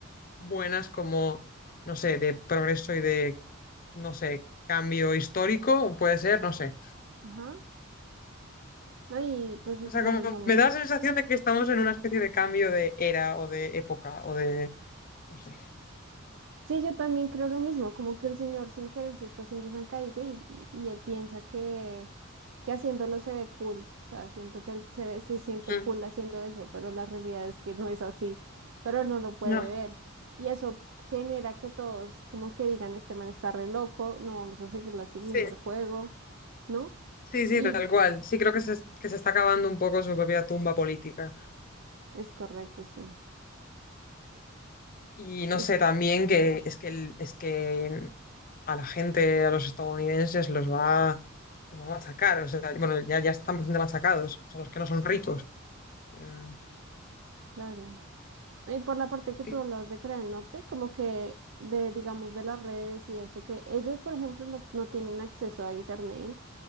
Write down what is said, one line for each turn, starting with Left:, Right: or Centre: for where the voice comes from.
Left: buenas, como, no sé, de progreso y de, no sé, cambio histórico, puede ser, no sé.
Right: Ajá. No, y pues, o
Left: O
Right: sea,
Left: sea, como
Right: digamos
Left: me da
Right: que
Left: la sensación de que estamos en una especie de cambio de era o de época o de, no sé.
Right: sí, yo también creo lo mismo, como que el señor sin querer se está haciendo zancadillo y, y, y él piensa que que haciéndolo se ve cool, o sea, siento que él se ve, se siente
Left: Mm,
Right: cool haciendo eso, pero la realidad es que no es así, pero él no lo puede
Left: No.
Right: ver. Y eso genera que todos como que digan, este man está re loco, no vamos a seguirla siguiendo
Left: Sí.
Right: el juego, ¿no?
Left: Sí, sí,
Right: Y
Left: tal cual. Sí creo que se, es- que se está acabando un poco su propia tumba política.
Right: es correcto, sí.
Left: Y no
Right: Y
Left: sé, también que es que, el- es que a la gente, a los estadounidenses, los va, los va a machacar. O sea, bueno, ya, ya están bastante machacados, o sea, los que no son ricos. Pero-
Right: claro. Y por la parte que
Left: y
Right: tú hablabas de Corea del Norte, como que de, digamos, de las redes y eso, que ellos, por ejemplo, no, no tienen acceso a internet